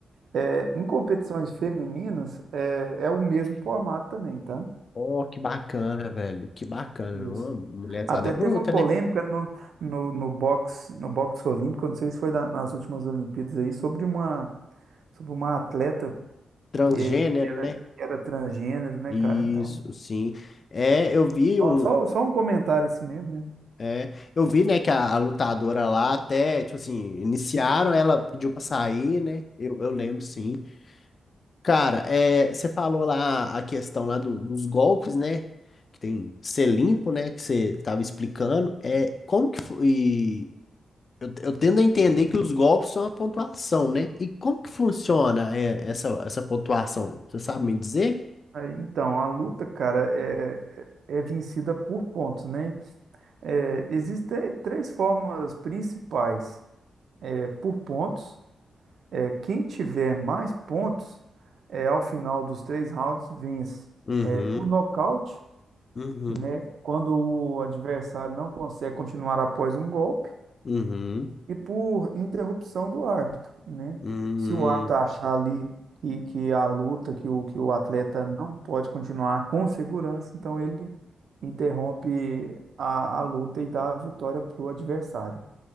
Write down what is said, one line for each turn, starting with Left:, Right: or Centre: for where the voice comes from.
Right: É, em competições femininas, é, é o mesmo formato também, tá?
Left: oh, que bacana, velho. Que bacana.
Right: Isso.
Left: Uma mulherzada
Right: Até
Left: é bruta,
Right: teve uma polêmica
Left: né?
Right: no, no, no boxe, no boxe olímpico, não sei se foi na- nas últimas Olimpíadas aí, sobre uma, sobre uma atleta
Left: Transgênero,
Right: que, que era,
Left: né?
Right: que era transgênero, né,
Left: Isso,
Right: cara? Então,
Left: sim. É, eu vi
Right: ó,
Left: um.
Right: só, só um comentário assim mesmo, né?
Left: É, eu vi, né, que a, a lutadora lá até, tipo assim, iniciaram, ela pediu pra sair, né? Eu, eu lembro, sim. Cara, é, você falou lá a questão lá do- dos golpes, né? Que tem ser limpo, né? Que você estava explicando. É, como que foi? Eu, eu tendo a entender que os golpes são a pontuação, né? E como que funciona é, essa, essa pontuação? Você sabe me dizer?
Right: Aí, Então, a luta, cara, é, é é vencida por pontos, né? É, existem três formas principais. É por pontos. É, quem tiver mais pontos, é, ao final dos três rounds, vence.
Left: Uhum,
Right: É, por nocaute.
Left: uhum,
Right: né? Quando o adversário não consegue continuar após um golpe
Left: uhum,
Right: e por interrupção do árbitro, né?
Left: uhum.
Right: Se o árbitro achar ali que, que a luta, que o, que o atleta não pode continuar com segurança, então ele interrompe a, a luta e dá a vitória para o adversário.